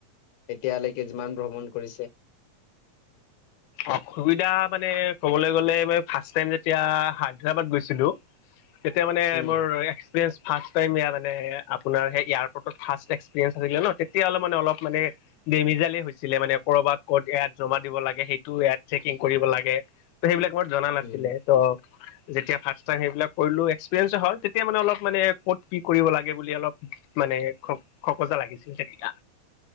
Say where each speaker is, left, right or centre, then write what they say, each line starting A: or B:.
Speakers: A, on the left; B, on the left.
A: এতিয়ালৈকে যিমান ভ্ৰমণ কৰিছে
B: অসুবিধা মানে ক'বলৈ গলে মই ফাৰ্ষ্ট টাইম যেতিয়া হায়দৰাবাদ গৈছিলো তেতিয়া মানে
A: উম,
B: মোৰ এক্সপিৰিয়েঞ্চ ফাৰ্ষ্ট টাইম ইয়াৰ মানে আপোনাৰ এয়াৰপৰ্টত ফাৰ্ষ্ট এক্সপিৰিয়েঞ্চ আছিলে ন তেতিয়া হলে মানে অলপ মানে ডেমিজালেই হৈছিলে মানে ক'ৰবাত ক'ত ইয়াত জমাত দিব লাগে সেইটো ইয়াত চেকিং কৰিব লাগে ত সেইবিলাক মোৰ জনা নাছিলে
A: উম,
B: ত' যেতিয়া ফাৰ্ষ্ট টাইম সেইবিলাক কৰিলো এক্সপৰিয়েঞ্চ তেতিয়া মানে অলপ মানে ক'ত কি কৰিব লাগে বুলি অলপ মানে খ খকজা লাগিছিল তেতিয়া